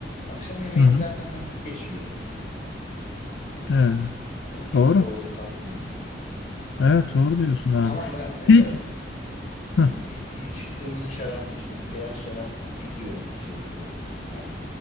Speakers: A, on the left; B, on the left.
A: akşam yemeğini
B: Hı hı.
A: zaten hafif geçiriyorsun yani. Hani
B: Evet.
A: e, çok
B: Doğru.
A: da orada kasmayayım diye
B: Evet
A: durumu.
B: doğru diyorsun abi.
A: Ama ben mesela
B: Peki.
A: Hani
B: Hı.
A: bir, bir kırmızı şarap işte bir beyaz şarap gidiyor şeylerin yanında işte hani.